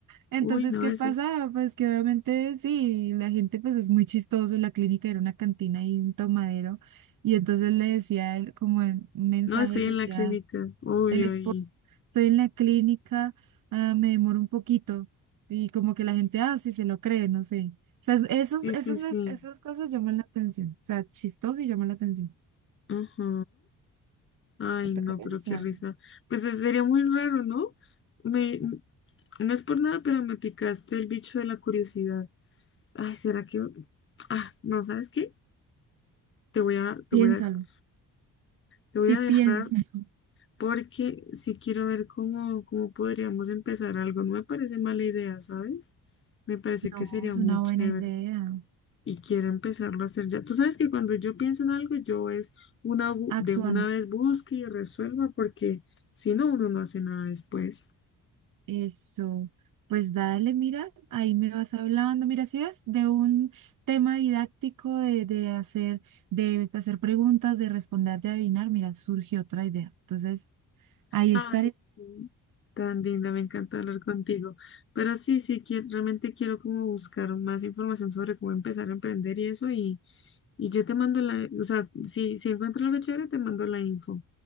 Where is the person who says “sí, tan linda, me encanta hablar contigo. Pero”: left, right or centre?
Left